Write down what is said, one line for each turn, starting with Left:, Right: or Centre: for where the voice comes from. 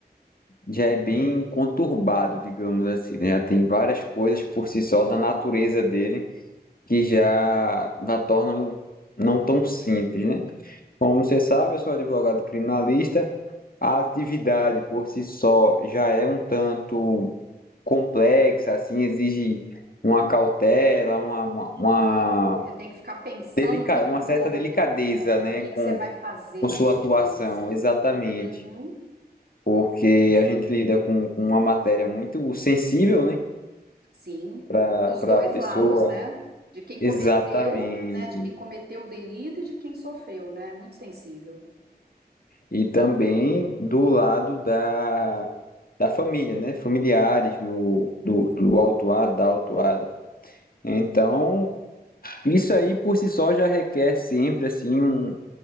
Left: já é bem conturbado, digamos assim, né? Já tem várias coisas por si só da natureza dele que já, já tornam não tão simples, né? Como você sabe, eu sou advogado criminalista. A atividade por si só já é um tanto complexa, assim, exige uma cautela, uma, uma, uma
Right: Você tem que ficar pensando
Left: delica,
Right: o tempo
Left: uma certa
Right: todo,
Left: delicadeza,
Right: né?
Left: né,
Right: O que
Left: com,
Right: que você vai fazer,
Left: com sua
Right: né? Isso
Left: atuação,
Right: cansa.
Left: exatamente.
Right: Uhum.
Left: Porque a gente lida com, com uma matéria muito sensível, né,
Right: Sim,
Left: para
Right: dos dois
Left: a pessoa.
Right: lados, né? De quem cometeu,
Left: Exatamente.
Right: né? De quem cometeu o delito e de quem sofreu, né? É Muito sensível.
Left: E também do lado da, da família, né? Familiares do, do, do autuado, da autuada. Então, isso aí por si só já requer sempre assim um,